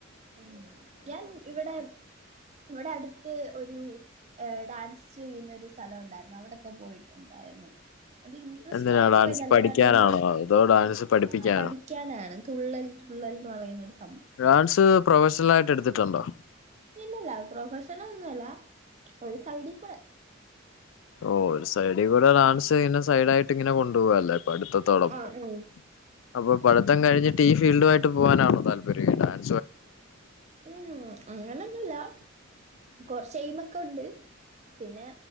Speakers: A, on the right; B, on the left.
A: ഉ ഞാൻ ഇവിടെ ഇവിടെ അടുത്ത് ഒരു ഡാൻസ് ചെയ്യുന്ന ഒരു സ്ഥലം ഒണ്ടായിരുന്നു അവടൊക്കെ പോയിട്ടുണ്ടായിരുന്നു അത് ഇൻട്രസ്റ്റോടെ
B: എന്തിനാ ഡാൻസ്
A: പോയതല്ല
B: പഠിക്കാനാണോ
A: അതുകൊണ്ട്
B: അതോ ഡാൻസ് പഠിപ്പിക്കാനോ
A: ആ പഠിക്കാനാണ് തുള്ളൽ തുള്ളൽ ന്ന് പറയുന്നൊരു സ
B: ഡാൻസ് പ്രൊഫഷണൽ ആയിട്ട് എടുത്തിട്ടുണ്ടോ
A: ഇല്ലല്ല പ്രൊഫഷണൽ ഒന്നു അല്ല ഒരു സൈഡിൽ കൂടെ
B: ഓ ഒരു സൈഡിൽ കൂടെ ഡാൻസ് ഇങ്ങനെ സൈഡ് ആയിട്ട് ങ്ങനെ കൊണ്ടു പോവാല്ലേ പടുത്തതോടൊപ്പം
A: ആഹ് ആഹ്
B: അപ്പൊ പടു ത്തം കഴിഞ്ഞിട്ട് ഈ ഫീൽഡ് ആയിട്ട് പോവാനണോ താല്പര്യം ഡാൻസ
A: ഉം അങ്ങനൊന്നുല്ല കൊറച്ചയിമൊക്കെ ഉണ്ട് പിന്നെ